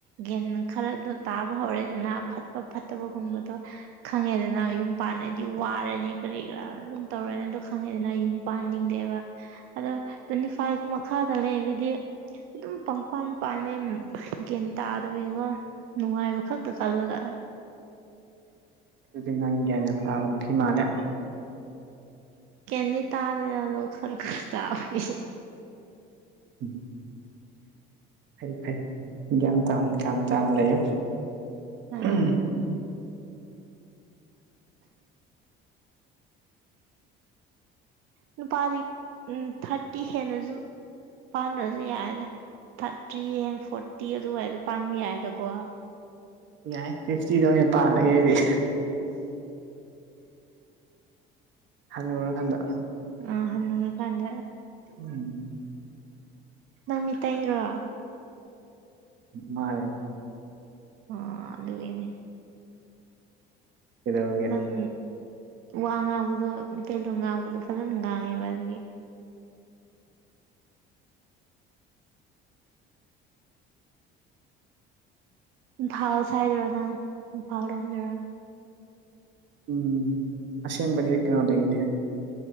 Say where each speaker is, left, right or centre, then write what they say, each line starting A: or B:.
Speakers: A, on the right (about 85°); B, on the right (about 60°).
A: ꯒꯟ ꯈꯔꯗꯣ ꯇꯥꯕ ꯍꯧꯔꯦ ꯑꯗꯨꯅ ꯐꯠꯄ ꯐꯠꯇꯕꯒꯨꯝꯕꯗꯣ ꯈꯪꯉꯦꯗꯅ ꯌꯨꯝ ꯄꯥꯟꯂꯗꯤ ꯋꯥꯔꯅꯤ ꯀꯔꯤ ꯀꯔꯥ ꯑꯗꯨꯝ ꯇꯧꯔꯅꯤ ꯑꯗꯨꯣ ꯈꯪꯉꯦꯗꯅ ꯌꯨꯝ ꯄꯥꯟꯅꯤꯡꯗꯦꯕ ꯑꯗꯣ ꯇ꯭ꯋꯦꯟꯇꯤ ꯐꯥꯏꯚ ꯃꯈꯥꯗ ꯂꯩꯕꯗꯤ ꯑꯗꯨꯝ ꯄꯪꯄꯥꯟ ꯄꯥꯂꯦ ꯒꯟ ꯇꯥꯗꯕꯤꯒ ꯅꯨꯡꯉꯥꯏ ꯋꯥꯈꯥꯛꯇ ꯇ ꯀꯜ ꯂ
B: ꯑꯗꯨꯗꯤ ꯅꯪꯤꯦ ꯇꯥꯕ ꯐꯤꯃꯥꯂꯦ
A: ꯀꯗꯤ ꯇꯥꯔꯦꯔꯗꯣ ꯈꯔ ꯈꯔ ꯇꯥꯕꯒꯤ
B: ꯎꯝ ꯐꯩ ꯐꯩ ꯒ꯭ꯌꯥꯟ ꯇꯥꯅ ꯒ꯭ꯌꯥꯟ ꯇꯥꯅ ꯂꯩꯌꯣ
A: ꯑ
B: ꯎꯝ ꯑ
A: ꯅꯨꯄꯥꯗꯤ ꯎꯝ ꯊꯥꯔꯇꯤ ꯍꯦꯅꯁꯨ ꯄꯥꯟꯗ꯭ꯔꯁꯨ ꯌꯥꯏꯗ ꯊꯥꯔꯇ꯭ꯔꯤ ꯍꯦꯟ ꯐꯣꯔꯇꯤ ꯑꯗꯨꯋꯥꯏꯗ ꯄꯥꯟꯕ ꯌꯥꯏꯗꯀꯣ
B: ꯌꯥꯏ ꯐꯤꯐꯇꯤꯗ ꯑꯣꯏꯅ ꯄꯥꯜꯂꯒꯦ ꯑꯩꯗꯤ ꯍꯥꯏ ꯎꯔꯀꯥꯟꯗ
A: ꯑ ꯍꯅꯨꯔ ꯀꯥꯟꯗ
B: ꯎꯝ
A: ꯅꯪꯃꯤ ꯇꯔꯣ
B: ꯃꯥꯦ
A: ꯑꯣ ꯑꯗꯨꯅꯦ
B: ꯀꯩꯗꯧꯔꯒꯦ
A: ꯅꯪ ꯋꯥ ꯉꯥꯡꯕꯗꯣ ꯏꯇꯩꯂꯣꯟ ꯉꯥꯡꯕꯗꯣ ꯐꯖꯅ ꯉꯥꯡꯉꯦꯕ ꯑꯗꯨꯒꯤ ꯐꯥꯎ ꯆꯥꯏꯗꯔ ꯇꯥꯎ ꯂꯝꯗꯔ
B: ꯎꯝ ꯑꯁꯦꯡꯕꯗꯤ ꯀꯩꯅꯣꯗꯒꯤꯅꯤ